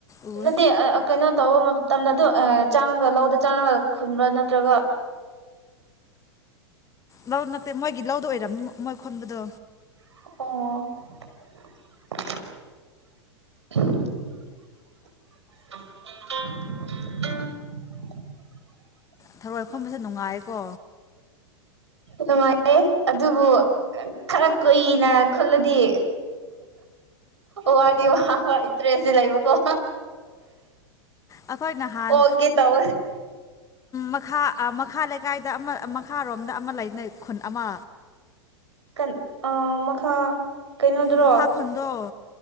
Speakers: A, on the left; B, on the right.
A: ꯎꯋꯦ
B: ꯅꯦ ꯀꯩꯅꯣ ꯇꯧꯕꯣ ꯇꯝꯅ ꯑꯗꯨ ꯆꯥꯡꯉꯒ ꯂꯧꯗ ꯆꯪꯉꯒ ꯈꯨꯟꯕ꯭ꯔꯥ ꯅꯠꯇ꯭ꯔꯒ
A: ꯂꯧ ꯅꯠꯇꯦ ꯃꯣꯏꯒꯤ ꯂꯧꯗ ꯑꯣꯏꯔꯝꯅꯤ ꯃꯣꯏ ꯈꯣꯟꯕꯗꯣ
B: ꯑꯣ <unintelligible>
A: ꯊꯔꯣꯏꯈꯣꯝꯕꯁꯦ ꯅꯨꯡꯉꯥꯏꯀꯣ
B: ꯅꯨꯡꯉꯥꯏꯌꯦ ꯑꯗꯨꯕꯨ ꯈꯔ ꯀꯨꯏꯅ ꯈꯜꯂꯗꯤ ꯋꯥꯗꯤ ꯋꯥ ꯋꯥ ꯏꯇ꯭ꯔꯦꯗꯤ ꯂꯩꯕꯀꯣ
A: ꯑꯩꯈꯣꯏ ꯅꯍꯥꯟ
B: ꯑꯣꯀꯦ ꯇꯧ
A: ꯃꯈꯥ ꯥ ꯃꯈꯥ ꯂꯩꯀꯥꯏꯗ ꯑꯃ ꯃꯈꯥꯔꯣꯝꯗ ꯑꯃ ꯂꯩꯅꯩ ꯈꯨꯟ ꯑꯃ
B: ꯀ ꯃꯈꯥ ꯀꯩꯅꯣꯗꯨꯔꯣ
A: ꯃꯈꯥ ꯈꯨꯣꯟꯗꯣ